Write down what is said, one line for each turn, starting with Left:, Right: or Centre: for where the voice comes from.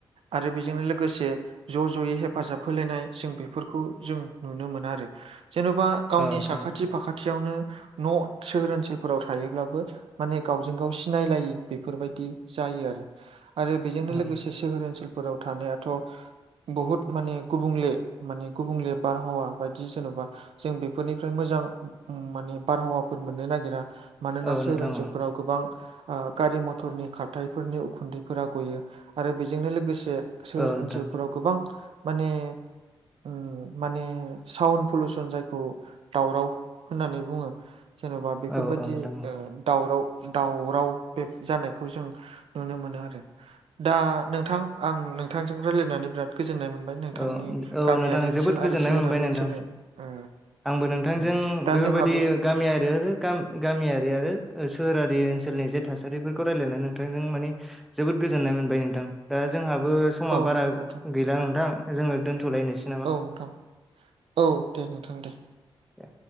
Right: आरो बेजोंनो लोगोसे ज' ज'यै हेफाब हेफाजाब होलायनाय जों बेफोरखौ जों नुनो मोना आरो जेन'बा गावनि
Centre: औ नोंथां
Right: साखाथि फाखाथियावनो न' सोहोर ओनसोलफोराव थायोब्लाबो माने गावजों गाव सिनायलायै बेफोरबायदि जायो आरो आरो बेजोंनो
Centre: औ
Right: लोगोसे सोहोर ओनसोलफोराव थानायाथ' बहुत माने गुबुंले माने गुबुंले बारहावा बायदि जेन'बा जों बेफोरनिफ्राय मोजां माने बारहावाफोर मोननो नागिरा मानोना
Centre: औ नोंथां औ
Right: सोहोर
Centre: नोंथां
Right: ओनसोलफोराव गोबां ओ गारि मथरनि खाथायाइफोरनि उखुन्दैफोरा गयो। आरो बेजोंनो लोगोसे सोहोर
Centre: औ नोंथां
Right: ओनसोलफोराव गोबां माने उम माने साउन पलुसन जायखौ दावराव होननानै बुङो जेन'बा बेफोरबायदि
Centre: औ औ नोंथां
Right: ओ दावराव दावराव बे जानायखौ जों नुनो मोनो आरो दा नोंथां आं नोंथांजों रायज्लायनानै बिराद गोजोननाय मोनबाय। नोंथांनि
Centre: औ औ
Right: गामियारि
Centre: नोंथां
Right: ओनसोल
Centre: जोबोद गोजोननाय
Right: आरो सोहोरारि
Centre: मोनबाय नोंथां
Right: ओनसोलनि ओ
Centre: आंबो नोंथांजों
Right: उम दा
Centre: बेफोरबायदि
Right: जोंहाबो
Centre: गामि आरो गाम गामियारि आरो सोहोरारि ओनसोलनि जे थासारिफोरखौ रायजलायनानै नोंथांजों मानि जोबोद गोजोननाय मोनबाय नोंथां दा जोंहाबो समा
Right: औ
Centre: बारा
Right: नंगौ नोंथां
Centre: गैला नोंथां जोङो दोन्थ'लायनोसै।
Right: औ नोंथां औ दे नोंथां दे।
Centre: दे।